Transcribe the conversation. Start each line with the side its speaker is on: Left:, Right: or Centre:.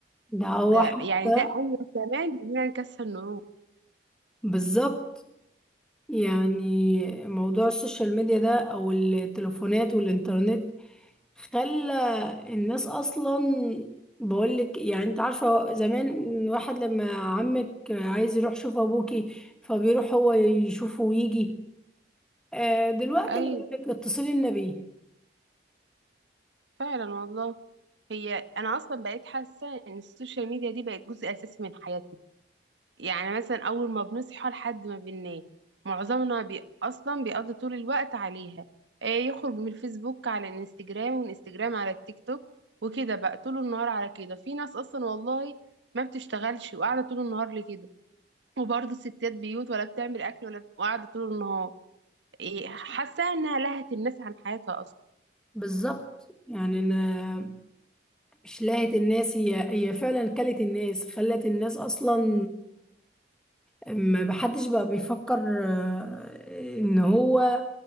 Centre: ده هو
Right: ده
Centre: حتى
Right: يعني ده انجز كمان اننا نكسر النور
Centre: بالظبط يعني موضوع السوشيال ميديا ده او التليفونات والانترنت خلى الناس اصلا بقولك يعني انت عارفة زمان واحد لما عمك عايز يروح يشوف ابوكي فبيروح هو يشوفه ويجي آه، دلوقتي
Right: ايوه
Centre: لك اتصلي النبي
Right: فعلا والله هي انا اصلا بقيت حاسه ان السوشيال ميديا دي بقت جزء اساسي من حياتنا يعني مثلا اول ما بنصحى لحد ما بننام معظمنا بي اصلا بيقضي طول الوقت عليها إيه يخرج من الفيسبوك على الانستجرام ومن الانستجرام على التيك توك وكده بقى طول النهار على كده في ناس اصلا والله ما بتشتغلش وقاعده طول النهار لكده وبرضه ستات بيوت ولا بتعمل اكل ولا قاعده طول النهار إيه حاسه انها لهت الناس عن حياتها اصلا
Centre: بالظبط يعني انا مش لاهت الناس هي هي فعلا كلت الناس خلت الناس اصلا ما بحدش بقى بيفكر آه، ان هو